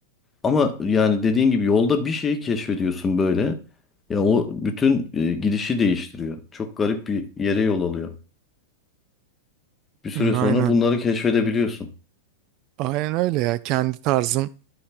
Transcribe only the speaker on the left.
Ama yani dediğin gibi yolda bir şeyi keşfediyorsun böyle. Ya o bütün e, gidişi değiştiriyor. Çok garip bir yere yol alıyor. Bir süre
sonra
bunları keşfedebiliyorsun.